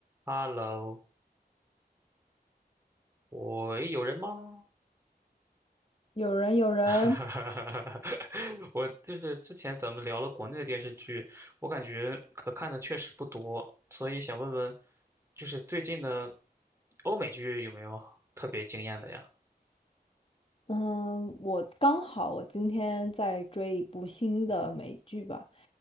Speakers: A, on the right; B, on the left.
A: Hello，喂，有人吗？
B: 有人，有人，
A: <laughs> 哈哈哈哈我就是之前咱们聊了国内的电视剧，我感觉可看的确实不多，所以想问问，就是最近的欧美剧有没有特别惊艳的呀？
B: 嗯，我刚好我今天在追一部新的美剧吧，